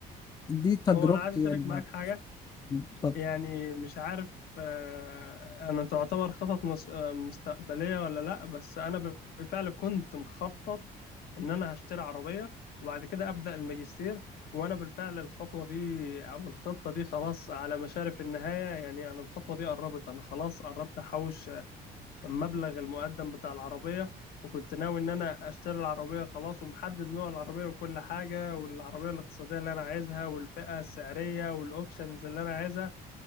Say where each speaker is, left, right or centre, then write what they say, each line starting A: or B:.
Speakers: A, on the left; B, on the left.
A: دي تجربتي
B: هو انا عايز اشارك
A: يعني
B: معاك حاجه
A: مع-
B: يعني مش عارف آه، انا تعتبر خطط مس- آه، مستقبليه ولا لا بس انا بالفعل كنت مخطط ان انا هشتري عربيه وبعد كده ابدا الماجستير وانا بالفعل الخطوه دي او الخطه دي خلاص على مشارف النهايه يعني انا الخطوه دي قربت انا خلاص قربت احوش مبلغ المقدم بتاع العربية وكنت ناوي إن أنا أشتري العربية خلاص ومحدد نوع العربية وكل حاجة والعربية الاقتصادية اللي أنا عايزها والفئة السعرية والأوبشنز اللي أنا عايزها